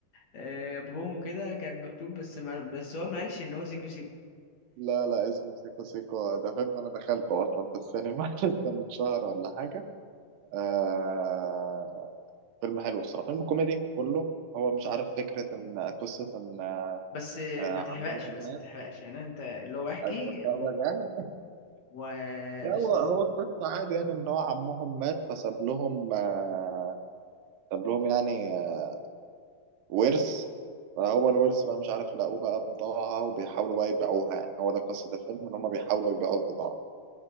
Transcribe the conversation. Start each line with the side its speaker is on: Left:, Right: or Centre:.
Left: آه، برومو كده كان مكتوب بس ما بس هو ما قالش ان هو سيكو سيكو
Right: لا لا اسمه سيكو سيكو ده فيلم أنا دخلته أصلا في السينما <laughs> لسه من شهر ولا حاجة آه فيلم حلو الصراحة فيلم كوميدي كله هو مش عارف فكرة إن قصة إن آه،
Left: بس آه،
Right: عمهم
Left: ما تحرقش بس
Right: مات
Left: ما تحرقش يعني انت اللي هو احكي
Right: عايز تتفرج يعني
Left: وبالظبط
Right: لا هو هو القصة عادي يعني إن هو عمهم مات فساب لهم آه، ساب لهم يعني آه، ورث فهو الورث بقى مش عارف لاقوه بقى بضاعة وبيحاولوا بقى يبيعوها يعني هو ده قصة الفيلم إن هما بيحاولوا يبيعوا البضاعة